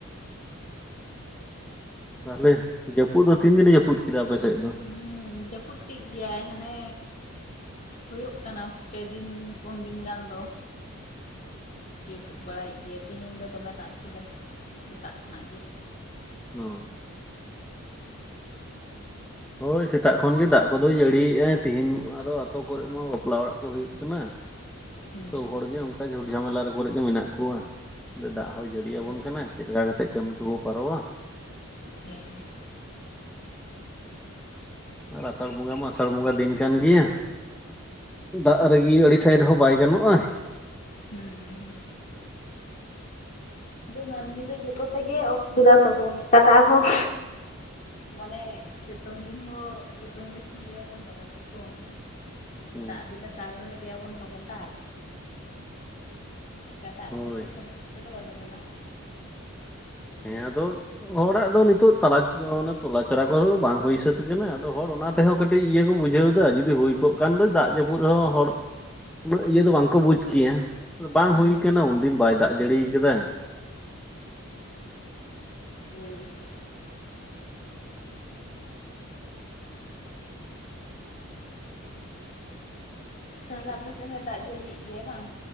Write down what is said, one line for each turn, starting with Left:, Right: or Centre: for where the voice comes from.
Centre: ᱛᱟᱦᱚᱞᱮ ᱡᱟᱹᱯᱩᱫ ᱫᱚ ᱛᱤᱱ ᱫᱤᱱᱮ ᱡᱟᱹᱯᱩᱫ ᱠᱮᱫᱟ ᱟᱯᱮᱥᱮᱫ ᱫᱚ
Left: ᱦᱩᱸ ᱡᱟᱹᱯᱩᱫ ᱠᱮᱫ ᱜᱮᱭᱟᱭ ᱦᱟᱱᱮ ᱦᱩᱭᱩᱜ ᱠᱟᱱᱟ ᱯᱮ ᱫᱤᱱ ᱯᱩᱱ ᱫᱤᱱ ᱜᱟᱱ ᱫᱚ ᱡᱟᱹᱯᱩᱫ ᱵᱟᱲᱟᱭᱮᱫ ᱜᱮᱭᱟ ᱛᱮᱦᱤᱧ ᱫᱚ ᱫᱚᱢᱮ ᱫᱟᱜ ᱠᱮᱫᱟᱭ ᱥᱮᱛᱟᱜ ᱠᱷᱚᱱᱟᱜ ᱜᱮ
Centre: ᱦᱚ ᱦᱳᱭ ᱥᱮᱛᱟᱜ ᱠᱷᱚᱱ ᱜᱮ ᱫᱟᱜ ᱠᱚᱫᱚᱭ ᱡᱟᱹᱲᱤᱭᱮ ᱟᱭ ᱛᱤᱦᱤᱧ ᱟᱨᱚ ᱟᱹᱛᱩ ᱠᱚᱨᱮ ᱢᱟ ᱵᱟᱯᱞᱟ ᱚᱲᱟᱜ ᱠᱚ ᱦᱩᱭᱩᱜ ᱠᱟᱱᱟ᱾
Left: ᱦᱩᱸ
Centre: ᱥᱚᱵ ᱦᱚᱲᱜᱮ ᱚᱱᱠᱟ ᱡᱷᱩᱲ ᱡᱷᱟᱢᱮᱞᱟ ᱠᱚᱨᱮ ᱜᱮ ᱢᱮᱱᱟᱜ ᱠᱚᱣᱟ ᱱᱚᱛᱮ ᱫᱟᱜ ᱦᱚᱸᱭ ᱡᱟᱹᱲᱤᱭᱟᱵᱚᱱ
Left: ᱦᱳᱭᱛᱚ
Centre: ᱠᱟᱱᱟ, ᱪᱮᱫ ᱞᱮᱠᱟ ᱠᱟᱛᱮᱜ ᱠᱟᱹᱢᱤ ᱠᱚᱵᱚ ᱯᱟᱨᱟᱢᱼᱟ?
Left: ᱦᱮᱸ
Centre: ᱟᱨ ᱟᱥᱟᱲ ᱵᱚᱸᱜᱟ ᱢᱟ ᱟᱥᱟᱲ ᱵᱚᱸᱜᱟ ᱫᱤᱱ ᱠᱟᱱ ᱜᱮᱭᱟ᱾ ᱫᱟᱜ ᱨᱟᱹᱜᱤ ᱟᱹᱲᱤᱥᱟᱭ ᱨᱮᱦᱚᱸ ᱵᱟᱭ ᱜᱟᱱᱚᱜᱼᱟ
Left: ᱦᱮᱸ ᱦᱮᱸ ᱢᱟᱹᱱᱢᱤ ᱫᱚ ᱡᱚᱛᱚ ᱛᱮᱜᱮ ᱚᱥᱩᱵᱤᱫᱟ ᱛᱟᱵᱚᱱ ᱚᱠᱟᱴᱟᱜ ᱦᱚᱸ ᱢᱟᱱᱮ ᱥᱤᱛᱩᱝ ᱫᱤᱱ ᱦᱚᱸ ᱥᱤᱛᱩᱝ ᱫᱤᱱ ᱞᱟᱹᱭᱟᱵᱚᱱ ᱵᱟᱵᱟ ᱫᱚ ᱢᱮ ᱥᱤᱛᱩᱝ <inaudible>
Centre: ᱦᱩᱸ
Left: ᱫᱟᱜ ᱫᱤᱱ ᱮᱼᱼ ᱫᱟᱜ ᱨᱚᱦᱚ ᱞᱟᱭᱟ ᱵᱚᱱ ᱫᱚᱢ ᱫᱟᱜ ᱚᱠᱟᱴᱟᱜ
Centre: ᱦᱳᱭ
Left: ᱛᱮᱦᱚᱸ ᱥᱚᱱᱛᱩᱩᱥᱴᱚ ᱫᱚ ᱵᱟᱹᱱᱩᱜ ᱼᱼ ᱵᱚᱱᱟ
Centre: ᱦᱮᱸ ᱟᱫᱚ ᱦᱚᱲᱟᱜ ᱫᱚ ᱱᱤᱛᱚᱜ ᱛᱟᱞᱟ ᱛᱚᱞᱟ ᱪᱟᱨᱟ ᱠᱚ ᱵᱟᱝ ᱦᱩᱭ ᱥᱟᱹᱛ ᱟᱠᱟᱱᱟ ᱟᱫᱚ ᱦᱚᱲ ᱚᱱᱟ ᱛᱮᱦᱚᱸ ᱠᱟᱹᱴᱤᱡ ᱤᱭᱟᱹ ᱠᱚ ᱵᱩᱡᱷᱟᱹᱣ ᱮᱟ ᱡᱩᱫᱤ ᱦᱩᱭ ᱠᱚᱜ ᱠᱷᱟᱱ ᱫᱚ ᱫᱟᱜ ᱡᱟᱹᱯᱩᱫ ᱨᱮᱦᱚᱸ ᱦᱚᱲ ᱩᱱᱟᱹᱜ ᱤᱭᱟᱹ ᱫᱚ ᱵᱟᱝᱠᱚ ᱵᱩᱡᱽ ᱠᱮᱭᱟ ᱵᱟᱝ
Left: ᱦᱩᱸ᱾
Centre: ᱦᱩᱭ ᱠᱟᱱᱟ ᱩᱱᱫᱤᱱ ᱵᱟᱭ ᱫᱟᱜ ᱡᱟᱹᱲᱤᱭᱟ ᱠᱟᱫᱟᱭ
Left: <inaudible> ᱛᱟᱦᱚᱞᱮ ᱟᱯᱮ ᱥᱮᱫ ᱦᱚᱸ ᱫᱟᱜ ᱡᱟᱹᱲᱤᱭᱮᱫ ᱜᱮᱭᱟ ᱵᱟᱝ?